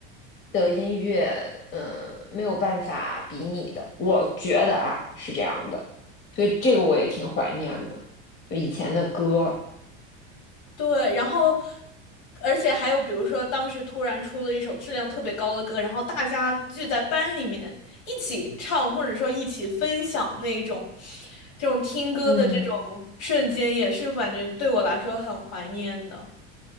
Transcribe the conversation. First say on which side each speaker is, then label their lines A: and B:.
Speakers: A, on the left; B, on the left.
A: 的音乐，嗯，没有办法比拟的，我觉得啊是这样的，所以这个我也挺怀念的，就以前的歌，
B: 对，然后，而且还有比如说，当时突然出了一首质量特别高的歌，然后大家聚在班里面一起唱，或者说一起分享那种，这种听歌的这种瞬间，
A: 嗯，
B: 也是感觉对我来说很怀念的。